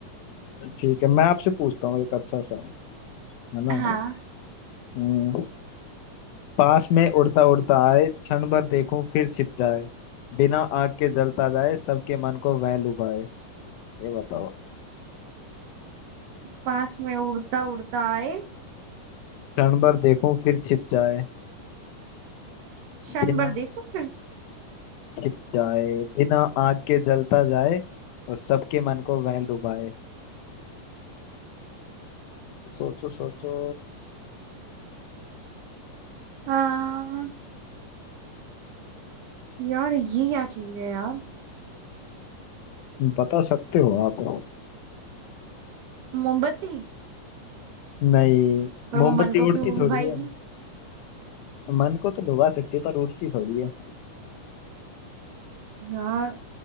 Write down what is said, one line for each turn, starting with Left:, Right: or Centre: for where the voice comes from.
Left: ठीक है मैं आपसे पूछता हूँ एक अच्छा सा है ना
Right: हाँ
Left: हम्म, पास में उड़ता उड़ता आए क्षण भर देखूं फिर छिप जाए बिना आग के जलता जाए सबके मन को वह लुभाए ये बताओ
Right: पास में उड़ता उड़ता आए
Left: क्षण भर देखूं फिर छिप जाए
Right: क्षण
Left: बिना
Right: भर देखो फिर
Left: छिप जाए बिना आग के जलता जाए और सबके मन को वह लुभाए सोचो सोचो
Right: हाँ यार ये क्या चीज है यार
Left: बता सकते हो आप
Right: मोमबत्ती
Left: नहीं
Right: पर
Left: मोमबत्ती
Right: वो मन को
Left: उड़ती
Right: क्यों लुभाएगी
Left: थोड़ी है मन को तो लुभा सकती है पर उड़ती थोड़ी है
Right: यार